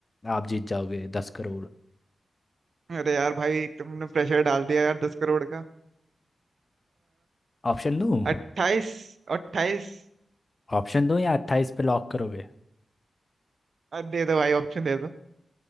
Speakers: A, on the left (about 40°); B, on the right (about 65°).
A: आप जीत जाओगे दस करोड़
B: अरे यार भाई तुमने प्रेशर डाल दिया यार दस करोड़ का
A: ऑप्शन दूँ
B: अट्ठाईस अट्ठाईस
A: ऑप्शन दूँ या अट्ठाईस पे लॉक करोगे
B: दे दो भाई ऑप्शन दे दो